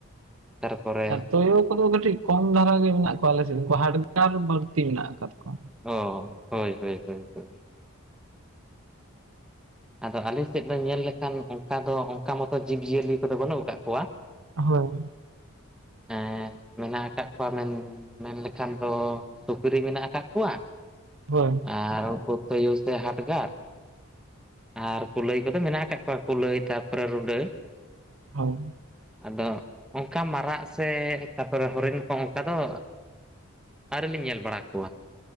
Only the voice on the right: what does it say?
ᱛᱚᱭᱚ ᱠᱚᱫᱚ ᱠᱟᱹᱴᱤᱡ ᱠᱚᱢ ᱫᱷᱟᱨᱟ ᱜᱮ ᱢᱮᱱᱟᱜ ᱠᱚᱣᱟ ᱟᱞᱮ ᱥᱮᱫ, ᱩᱱᱠᱩ ᱦᱟᱰᱜᱟᱨ ᱵᱟᱹᱲᱛᱤ ᱢᱮᱱᱟᱜ ᱟᱠᱫ ᱠᱚᱣᱟ
ᱦᱳᱭ
ᱦᱳᱭ
ᱦᱳᱭ